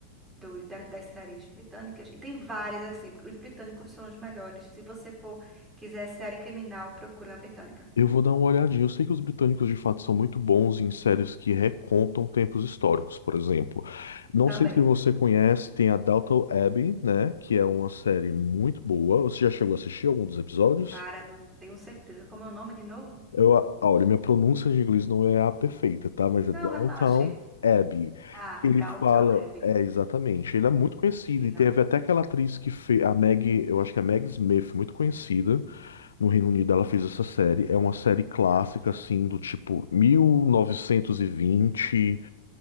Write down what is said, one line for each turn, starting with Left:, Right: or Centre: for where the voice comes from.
Right: do, da- das séries britânicas. E tem várias, assim, porque os britânicos são os melhores. Se você for, quiser série criminal, procure uma britânica.
Left: Eu vou dar uma olhadinha. Eu sei que os britânicos de fato são muito bons em séries que recontam tempos históricos, por exemplo. Não
Right: Também.
Left: sei se você conhece, tem a Downton Abbey, né? Que é uma série muito boa. Você já chegou a assistir algum dos episódios?
Right: Cara, não tenho certeza. Como é o nome de novo?
Left: Eu, a- ah, olha, minha pronúncia de inglês não é a perfeita, tá? Mas é
Right: Não,
Left: Downton
Right: relaxe.
Left: Abbey.
Right: Ah,
Left: Ele
Right: Downton
Left: fala,
Right: Abbey.
Left: é exatamente.
Right: Hum,
Left: Ele é muito conhecido
Right: acho que
Left: e
Right: não.
Left: teve até aquela atriz que fez, a Meg, eu acho que é a Meg Smith, muito conhecida. No Reino Unido ela fez essa série. É uma série clássica,
Right: Downton
Left: assim,
Right: Abbey.
Left: do tipo mil novecentos e vinte